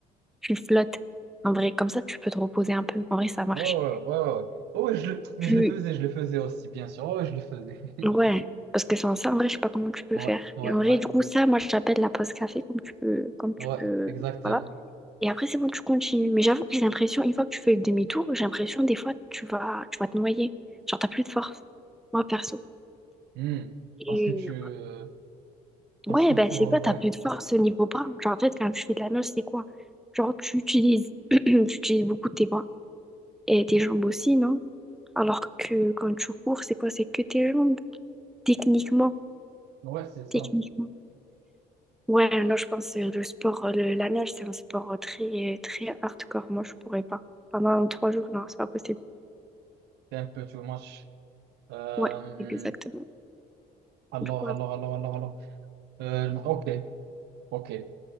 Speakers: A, in the centre; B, on the right.
A: tu flottes. En vrai, comme ça, tu peux te reposer un peu. En vrai, ça marche.
B: Ouais, ouais, ouais, ouais. ouais. Oh, ouais, je le... Mais
A: Tu...
B: je le faisais, je le faisais aussi, bien sûr. Oh, Ouais, je le faisais. <laughs>
A: Ouais, parce que sans ça, en vrai, je sais pas comment tu peux
B: Ouais,
A: faire.
B: ouais,
A: Et en vrai,
B: ouais.
A: du coup, ça, moi, je l'appelle la pause café, comme tu peux, comme tu
B: Ouais,
A: peux,
B: exactement.
A: voilà. Et après, c'est bon, tu continues. Mais j'avoue que j'ai l'impression, une fois que tu fais le demi-tour, j'ai l'impression, des fois, tu vas, tu vas te noyer. Genre, t'as plus de force. Moi, perso.
B: Hmm.
A: Et
B: Parce que tu... euh, Parce
A: ouais,
B: que
A: ben,
B: pour...
A: c'est quoi, t'as
B: Ouais.
A: plus de force au niveau bras. Genre, en fait, quand tu fais de la nage, c'est quoi? Genre, tu utilises, <clears throat> tu utilises beaucoup tes bras. Et tes jambes aussi, non? Alors que quand tu cours, c'est quoi? C'est que tes jambes. Techniquement.
B: Ouais, c'est ça.
A: Techniquement. Ouais, non, je pense que le sport, euh, le- la nage, c'est un sport euh, très, très hardcore. Moi, je pourrais pas. Pendant trois jours, non, c'est pas possible.
B: C'est un peu too much. Euh,
A: Ouais, exactement.
B: Alors,
A: Du coup, euh,
B: alors, alors, alors, alors. Euh, ok, ok.